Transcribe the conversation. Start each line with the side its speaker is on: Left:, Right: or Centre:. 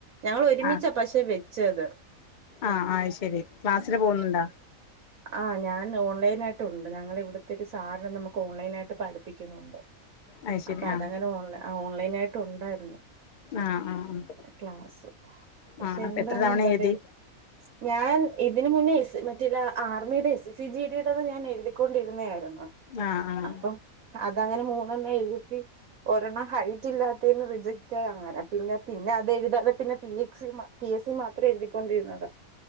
Right: ഞങ്ങൾ ഒരുമിച്ചാ
Left: ആഹ്
Right: പക്ഷെ വെച്ചത്
Left: ആഹ് ആയ്ശരി. ക്ലാസ്സിന് പോകുന്നുണ്ട?
Right: ആഹ് ഞാൻ ഓൺലൈനായിട്ടുണ്ട് ഞങ്ങള ഇവിടുത്തെ ഒരു സാര്‍ നമുക്ക് ഓൺലൈനായിട്ട് പഠിപ്പിക്കുന്നുണ്ട്
Left: അത് ശരി
Right: അപ്പൊ അതങ്ങനെ
Left: ആഹ്
Right: ഓൺല ഓൺലൈൻ ആയിട്ട് ഉണ്ടായിരുന്നു
Left: ആഹ് ആഹ് ആഹ്
Right: ക്ലാസ്. പക്ഷെ
Left: ആഹ് അപ്പൊ
Right: എന്താണ്
Left: എത്ര തവണ
Right: എന്താത്?
Left: എഴുതി
Right: ഞാൻ ഇതിന് മുന്നേ എസ് മറ്റില്ല ആർമിയുടെ എസ് സി ജി ഡിയുടെ ഞാൻ എഴുതിക്കൊണ്ടിരുന്നായിരു ന്നു
Left: ആഹ് ആഹ്
Right: അപ്പം അതങ്ങനെ മൂന്നെണ്ണഴുതി ഒരെണ്ണം ഹൈറ്റ് ഇല്ലാത്തന് റിജക്റ്റ് ആയി അങ്ങനെ പിന്നെ പിന്നെ അത് എഴുതാതെ പിന്നെ പി എക്സി മ പി എസ് സി മാത്രം എഴുതിക്കൊണ്ടിരുന്നതാ